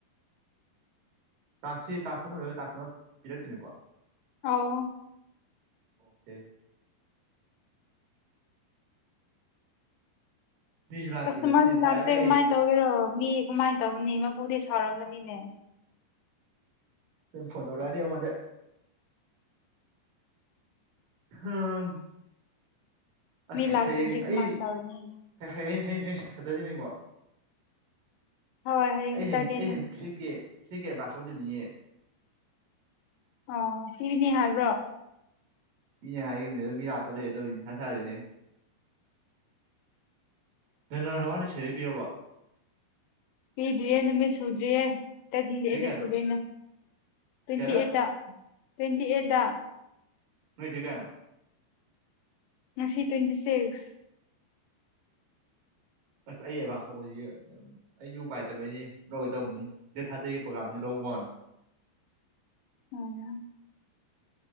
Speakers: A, on the right; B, on the left.
A: ꯇꯥꯛꯁꯤ ꯇꯥꯛꯁ ꯑꯃ ꯂꯣꯏꯔꯒ ꯇꯥꯛ ꯑꯝꯃ ꯄꯤꯔꯛꯇꯣꯏꯅꯤꯀꯣ
B: ꯑꯥꯎ
A: ꯑꯣꯀꯦ ꯃꯤꯁꯨ ꯂꯥꯛꯇꯦ
B: ꯀꯁꯇꯃꯔꯁꯨ
A: ꯉꯁꯤꯗꯤ ꯅꯨꯡꯉꯥꯏꯔꯦꯅꯦꯍꯦ
B: ꯂꯥꯛꯇꯦ ꯀꯃꯥꯏꯅ ꯇꯧꯒꯦꯔꯣ ꯃꯤ ꯀꯃꯥꯏꯅ ꯇꯧꯅꯤ ꯃꯄꯨꯗꯤ ꯁꯥꯎꯔꯝꯃꯅꯤꯅꯦ
A: ꯁꯨꯝ ꯐꯣꯟ ꯇꯧꯔꯛꯑꯅꯤ ꯑꯩꯉꯣꯟꯗ ꯑꯥ ꯑꯁ
B: ꯃꯤ ꯂꯥꯛꯇ꯭ꯔꯗꯤ
A: ꯍꯌꯦꯡ
B: ꯀꯃꯥꯏꯅ
A: ꯑꯩ
B: ꯇꯧꯔꯅꯤ
A: ꯍꯌꯦꯡ ꯍꯌꯦꯡ ꯍꯌꯦꯡ ꯁꯇꯔꯗꯦꯅꯤꯀꯣ
B: ꯍꯣꯏ
A: ꯑꯩ
B: ꯁꯇꯔꯗꯦꯅꯦ
A: ꯍꯌꯦꯡ ꯑꯩ ꯍꯌꯦꯡ ꯊ꯭ꯔꯤꯀꯦ ꯊ꯭ꯔꯤꯀꯦ ꯑꯦꯗꯚꯥꯟꯁ ꯂꯧꯗꯨꯅꯤꯅꯦ
B: ꯑꯣ ꯁꯤꯅꯤ ꯍꯥꯏꯕ꯭ꯔꯣ
A: ꯃꯤꯅꯦ ꯍꯥꯏꯈꯤꯕꯅꯦ ꯑꯗꯨ ꯃꯤ ꯂꯥꯛꯇ ꯂꯩꯔꯦ ꯇꯧꯏꯁꯦ ꯁꯥꯔꯤꯔꯅꯦ ꯅꯣꯏ ꯅ ꯅꯃꯅꯤ ꯁꯦꯔꯤꯕꯤꯔꯕ
B: ꯄꯤꯗ꯭ꯔꯤꯌꯦ ꯅꯨꯃꯤꯠ ꯁꯨꯗ꯭ꯔꯤꯌꯦ ꯇꯋꯦꯟꯇꯤ ꯑꯩꯠꯇ
A: ꯗꯦꯠ ꯀꯌꯥꯗꯅꯣ
B: ꯁꯨꯗꯣꯏꯅ ꯇ꯭ꯋꯦꯟꯇꯤ
A: ꯀꯌꯥꯗ
B: ꯑꯩꯠꯇ ꯇ꯭ꯋꯦꯟꯇꯤ ꯑꯩꯠꯇ
A: ꯅꯣꯏꯖ ꯀꯌꯥꯅꯣ
B: ꯉꯁꯤ ꯇ꯭ꯋꯦꯟꯇꯤ ꯁꯤꯛꯁ
A: ꯑꯁ ꯑꯩ ꯑꯦꯗꯚꯥꯟꯁ ꯂꯧꯕꯁꯤ ꯑꯩꯁꯨ ꯎꯄꯥꯏꯇꯕꯩꯅꯤ ꯂꯧꯒꯦ ꯇꯧꯕꯅꯤ ꯗꯦꯠ ꯊꯥꯔꯇꯤꯒꯤ ꯄ꯭ꯔꯣꯒꯥꯝꯗꯨ ꯂꯧꯕ ꯋꯥꯟ
B: ꯎꯝ